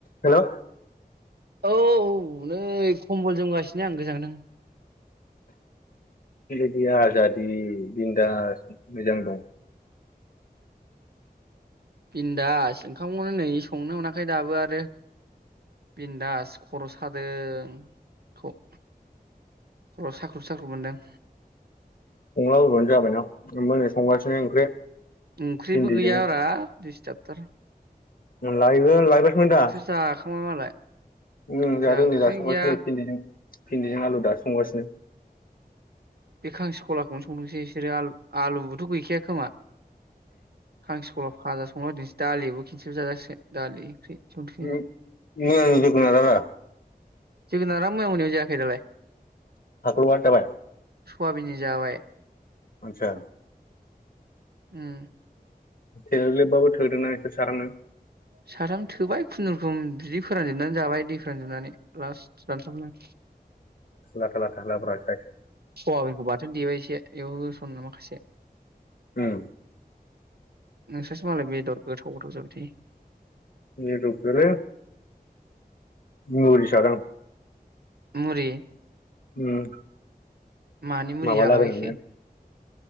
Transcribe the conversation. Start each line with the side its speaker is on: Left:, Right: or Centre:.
Left: हेल'
Right: औ नै खम्बल जोमगासिनो आं गोजांदों।
Left: बेबायदि आजादि बिन्दाज मोजां दं।
Right: बिन्दास ओंखामखौनो नै संनो मोनाखै दाबो आरो बिन्दास खर' सादों थ' खर' साख्रुब साख्रुब मोनदों।
Left: संलाबायबानो जाबायना आंबो नै संगासिनो ओंख्रि।
Right: ओंख्रिबो
Left: भिन्दिजों
Right: गैया ब्रा दिसथाब थार
Left: लायहो लायबासोमोन दा
Right: जाखांबाय मालाय।
Left: उम जादों
Right: जोंहा ओंख्रि
Left: नै दासो संगासिनो
Right: गैया
Left: फिन्दिजों आलु दाफंगासिनो।
Right: बे खांसिखलाखौनो संदोंसै बिसोरोल आलुबोथ‌ गैखाया खोमा। आं स्कुलाव फाजा संलार दिनोसै दालिबो खन्सेब जाजासिोन दालि ओंख्रि। संसै
Left: <unintelligible> मैयानि जोगोनारा लाय?
Right: जोगोनारा मैया मोनायाव जायाखै दालाय?
Left: हख <unintelligible> थाबाय
Right: खवाबिनि जाबाय।
Left: आतसा
Right: उम
Left: थेलेलेबाबो थोदों ना बेसोर साथाम जों।
Right: साथाम थोबाय खुनुरोखोम बिदि फोरानजोबनानै जाबाय दै फोरानजोबनानै लास्ट रानसाबनो
Left: लाथा लाथा लाब्रााय।
Right: सवाबिनखौ बाथोन देबाय एसे बेयाव होसननो माखासे।
Left: ओम।
Right: नोंसोरसो मालाय बेदर गोथाव गोथाव जाबाय थायो।
Left: न रुपेल मुरिसो जादों।
Right: मुरि
Left: उम।
Right: मानि मुलि
Left: माबा
Right: जालाबायखो
Left: लागायनानै